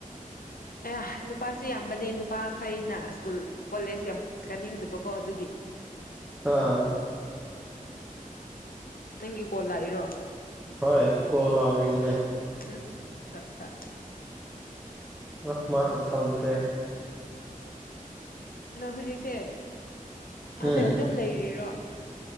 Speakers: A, on the left; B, in the centre.
A: ꯑꯌꯥ ꯅꯨꯄꯥꯁꯦ ꯌꯥꯝꯕꯅꯦ ꯅꯨꯄꯥꯈꯩꯅ ꯁ꯭ꯀꯨꯜ ꯀꯣꯂꯦꯖ ꯌꯥꯝ ꯀꯥꯅꯤꯡꯗꯕꯀꯣ ꯑꯗꯨꯒꯤ
B: ꯑꯥ
A: ꯅꯪꯒꯤ ꯀꯣꯜ ꯂꯥꯛꯏꯔꯣ
B: ꯍꯣꯏ ꯀꯣꯜ ꯂꯥꯛꯔꯤꯕꯅꯦ
A: ꯎꯝ ꯐꯔꯛꯇ
B: ꯑ ꯃꯥꯅ ꯊꯝꯈ꯭ꯔꯦ
A: ꯑ ꯅꯥ ꯍꯧꯖꯤꯛꯁꯦ
B: ꯎꯝ
A: ꯑꯥꯗ ꯑꯗꯨꯝ ꯂꯩꯔꯤꯔꯣ